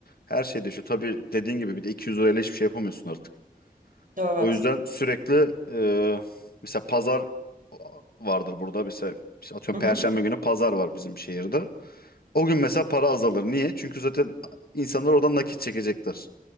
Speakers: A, on the left; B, on the right.
A: her şey değişiyor. Tabii dediğin gibi bir de 200 lirayla hiçbir şey yapamıyorsun artık.
B: Evet.
A: O yüzden sürekli e, mesela pazar vardır burada. Mesela işte atıyorum
B: Hı hı.
A: Perşembe günü pazar var bizim şehirde. O gün mesela para azalır. Niye? Çünkü zaten insanlar oradan nakit çekecektir.